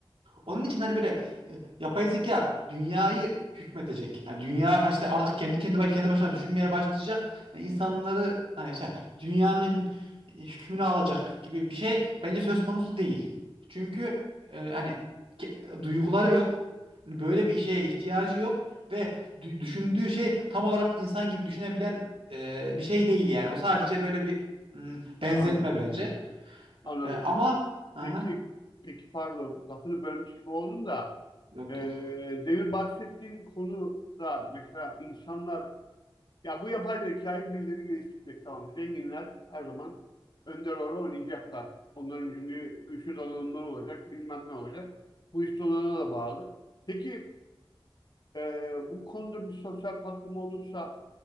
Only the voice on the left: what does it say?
Anladım.
Anladım.
Peki, peki pardon lafını bölmüş gibi oldum da
e,
demin bahsettiğin konuda mesela insanlar Ya bu yapay zekayı birileri geliştirecek tamam. Zenginler her zaman önder rol oynayacaklar. Onların çünkü güçlü donanımları olacak, bilmem ne olacak. Bu iş donanıma da bağlı. Peki e, bu konuda bir sosyal patlama olursa